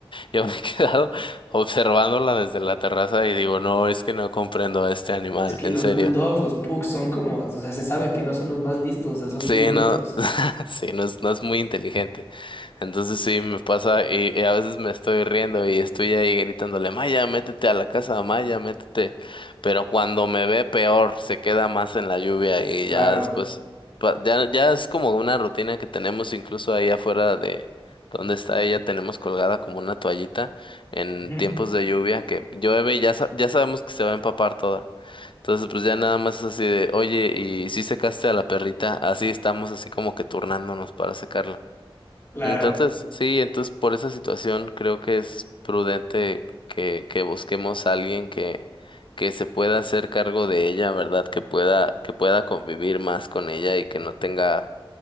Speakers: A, on the left; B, on the left.
A: yo me he quedado observándola desde la terraza y digo, no, es que no comprendo a este animal,
B: Es que
A: en
B: los
A: serio.
B: bulldogs, los pugs son como, o sea, se sabe que no son los más listos, o sea, son
A: Sí,
B: muy brutos.
A: no, <laughs> sí, no es, no es muy inteligente. Entonces sí, me pasa y, y a veces me estoy riendo y estoy ahí gritándole, Maya, métete a la casa, Maya, métete. Pero cuando me ve peor, se queda más en la lluvia y
B: Claro.
A: ya después, pa- ya, ya es como una rutina que tenemos incluso ahí afuera de donde está ella, tenemos colgada como una toallita en
B: Ujú,
A: tiempos de lluvia que llueve y ya, sa- ya sabemos que se va a empapar toda. Entonces, pues ya nada más es así de, oye, ¿y si secaste a la perrita? Así estamos, así como que turnándonos para secarla.
B: Claro.
A: Entonces, sí, entonces por esa situación creo que es prudente que, que busquemos a alguien que, que se pueda hacer cargo de ella, ¿verdad? Que pueda, que pueda convivir más con ella y que no tenga